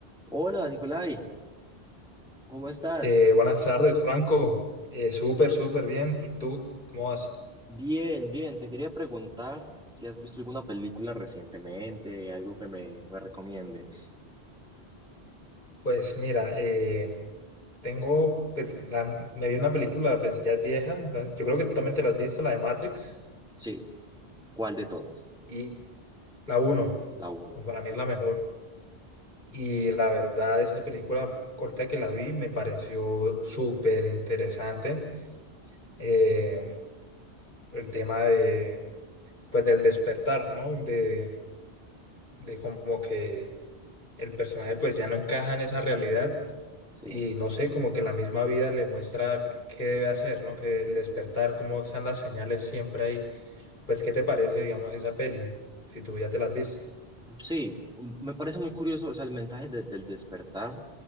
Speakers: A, in the centre; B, on the left.
A: Hola, Nicolai, ¿cómo estás?
B: Eh, buenas tardes, Franco. Eh, súper, súper bien. ¿Y tú? ¿Cómo vas?
A: Bien, bien, te quería preguntar si has visto alguna película recientemente, algo que me, me recomiendes.
B: Pues mira, eh, tengo, pues, la- me vi una película, pues ya es vieja. ¿no? Yo creo que tú también te la has visto, la de Matrix.
A: Sí, ¿cuál de todas?
B: Y la uno
A: La uno,
B: pues,
A: ok.
B: para mí es la mejor. Y la verdad, esa película corta que la vi me pareció súper interesante. Eh, el tema de, pues, del despertar, ¿no? De, de como que el personaje pues ya no encaja en esa realidad
A: Sí,
B: y no sé, como que la misma vida le muestra qué debe hacer, ¿no? Que el despertar, cómo están las señales siempre ahí. Pues, ¿qué te parece, digamos, esa peli? Si tú ya te la has visto.
A: sí, m- me parece muy curioso, o sea, el mensaje de- del despertar